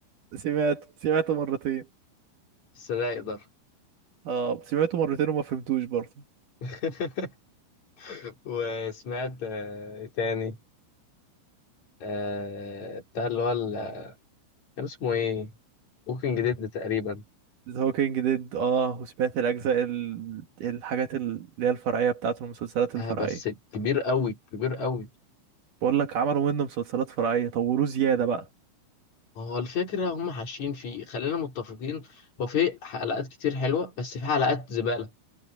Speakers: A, on the right; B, on the left.
A: سمعته سمعته مرتين
B: بس رايق دارك
A: اه سمعته مرتين وما فهمتوش برضه
B: <laughs> وسمعت آه، إيه تاني آه بتاع اللي هو ال- كان اسمه ايه ووكينج ديد تقريبا
A: ذا هوكينج ديد اه وسمعت الاجزاء ال... الحاجات اللي هي الفرعيه بتاعته المسلسلات
B: آه
A: الفرعيه
B: بس كبير قوي كبير قوي
A: بقول لك عملوا منه مسلسلات فرعيه طوروه زياده بقى
B: هو الفكرة هم حاشين فيه خلينا متفقين هو في حلقات كتير حلوة بس في حلقات زبالة